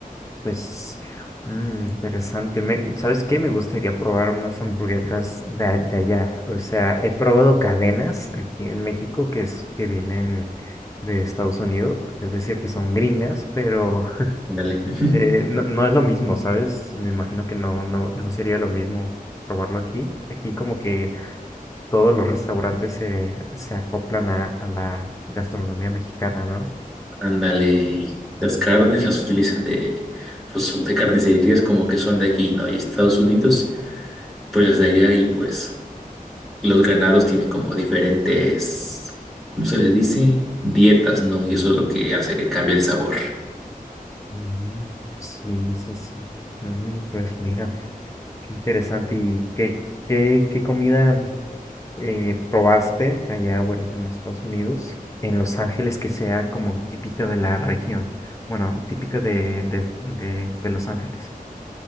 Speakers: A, on the left (about 20°); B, in the centre.
A: Pues, mm, interesante. Me- ¿sabes qué? Me gustaría probar unas hamburguesas de, a- de allá. O sea, he probado cadenas aquí en México que, es, que vienen de Estados Unidos, es decir, que son gringas, pero
B: Ándale. <laughs>
A: eh, no, no es lo mismo, ¿sabes? Me imagino que no, no, no sería lo mismo probarlo aquí. Aquí como que todos los restaurantes se, se acoplan a, a la gastronomía mexicana, ¿no?
B: Ándale. y Las carnes las utilizan de, pues, son de carnicerías como que son de aquí, ¿no? Y Estados Unidos, pues las de allá y pues Los ganados tienen como diferentes, ¿cómo se les dice? Dietas, ¿no? Y eso es lo que hace que cambie el sabor.
A: Ujú. Sí, sí, sí. Mm, pues mira. Qué interesante. ¿Y qué, qué, qué comida eh, probaste allá, bueno, en Estados Unidos, en Los Ángeles, que sea como típica de la región? Bueno, típica de, de, de, de Los Ángeles.